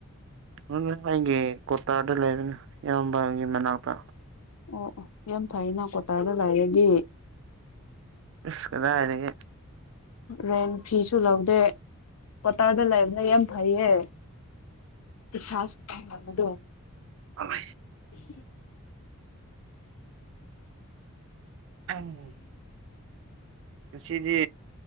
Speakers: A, on the right (about 55°); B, on the left (about 70°).
A: ꯑꯗꯨ ꯑꯩꯒꯤ ꯀꯣꯇꯥꯔꯗ ꯂꯩꯕꯅꯦ ꯏꯌꯥꯝꯕꯒꯤ ꯃꯅꯥꯛꯇ
B: ꯑꯣ ꯑꯣ ꯌꯥꯝ ꯐꯩꯅ ꯀ꯭ꯋꯥꯇꯥꯔꯗ ꯂꯥꯏꯔꯒ
A: ꯁ ꯀꯗ ꯍꯥꯏꯗꯒꯤ
B: ꯔꯦꯟ ꯐꯤꯁꯨ ꯂꯧꯗꯦ ꯀ꯭ꯇꯥꯔꯗ ꯂꯩꯕꯅ ꯌꯥꯝ ꯍꯥꯏꯏꯌꯦ ꯁꯥꯗꯣ
A: ꯑꯃꯦ
B: <inaudible>
A: ꯍꯃ ꯆꯁꯤꯗꯤ